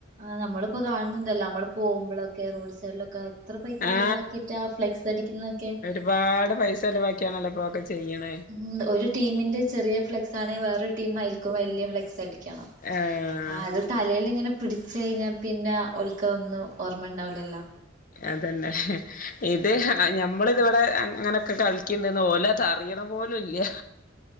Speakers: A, on the right; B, on the left.
A: അ നമ്മള് പ്പൊ കാണ്ന്ന്ണ്ടല്ലോ മ്മള് പോമ്പൊളൊക്കെ റോഡ് സൈഡിലൊക്കെ എത്ര പൈസ
B: ആഹ്
A: ചെലവാക്കിട്ടാ ഫ്ലെക്സടിക്കുന്നതൊക്കെ
B: രുപാട് പൈസ ചെലിവാക്ക്യാണല്ലോ പ്പ ഒക്കെ ചെയ്യ്ണ്
A: ഉം ഒരു ടീമിന്റെ ചെറിയ ഫ്ലെക്സാണെ വേറൊരുടീം അയ്ൽക്കും വെല്യ ഫ്ലെക്സടിക്കണം
B: ആ
A: ആ അത് തലേല്ങ്ങനെ പിടിച്ചയ്ഞാ പിന്നെ ഓൽക്കഒന്നും ഓർമ്മണ്ടാവൂലല്ലോ
B: അതെന്നെ ഇത് ഞമ്മള്ത്വടെ അങ്ങനൊക്കെ കളിക്കണ്ട്ന്ന് ഓല അറിയണ പോലുല്ല